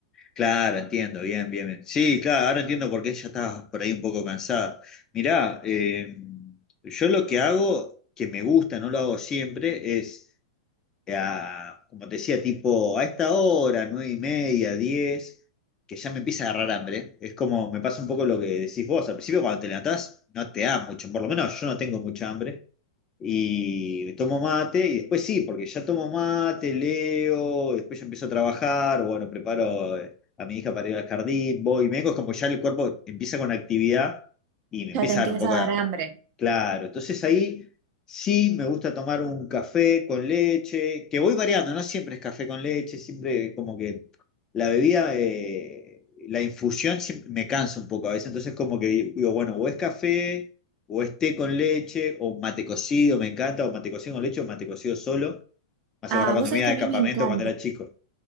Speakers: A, on the left (about 25°); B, on the right (about 45°).
A: Claro, entiendo, bien, bien, bien. Sí, claro, ahora entiendo por qué ella estaba por ahí un poco cansada. Mirá, eh, yo lo que hago, que me gusta, no lo hago siempre, es, a- como te decía, tipo a esta hora, nueve y media, diez, que ya me empieza a agarrar hambre. Es como, me pasa un poco lo que decís vos, al principio cuando te levantás no te da mucho, por lo menos yo no tengo mucha hambre y tomo mate, y después sí, porque ya tomo mate, leo, después ya empiezo a trabajar, bueno, preparo eh, a mi hija para ir al jardín, voy, me vengo, es como ya el cuerpo empieza con actividad y me
B: Ya
A: empieza
B: te empieza
A: a dar un poco
B: a
A: de
B: dar
A: hambre.
B: hambre.
A: Claro, entonces ahí sí me gusta tomar un café con leche, que voy variando, no siempre es café con leche, siempre como que la bebida... eh, La infusión siempre- me cansa un poco a veces, entonces como que digo, bueno, o es café, o es té con leche, o mate cocido, me encanta, o mate cocido con leche, o mate cocido solo. Me hace
B: Ah,
A: acordar cuando
B: vos sabés
A: me iba
B: que
A: de
B: a mí
A: campamento
B: me encanta,
A: cuando era chico.